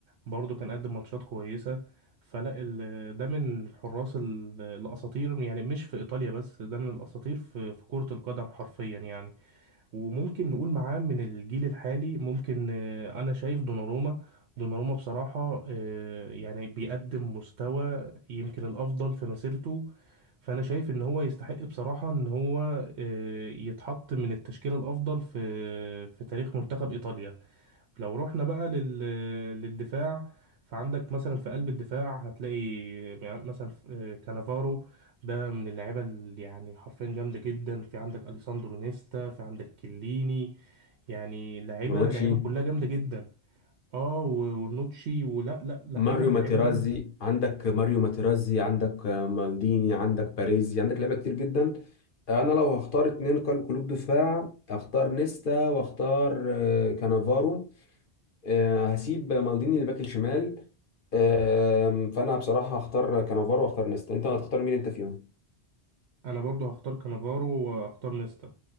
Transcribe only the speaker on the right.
برضو كان قدم ماتشات كويسة فلا ال- ده من الحراس ال- الاساطير يعني مش في ايطاليا بس ده من الاساطير في في كرة القدم حرفيا يعني وممكن نقول معاه من الجيل الحالي ممكن آه، انا شايف دوناروما دوناروما بصراحة آه، يعني بيقدم مستوى يمكن الافضل في مسيرته فانا شايف ان هو يستحق بصراحة ان هو آه، يتحط من التشكيلة الافضل في في تاريخ منتخب ايطاليا لو رحنا بقى لل... للدفاع فعندك مثلا في قلب الدفاع هتلاقي مثلا في- آه، كانافارو ده من اللعيبه اللي يعني حرفيا جامده جدا في عندك اليساندرو نيستا في عندك كيليني يعني لعيبه
لعيبه كلها جامده جدا اه و- ورنوتشي ولا لا لعيبه
لعيبه
جامده
انا برضو هختار كانافارو واختار نيستا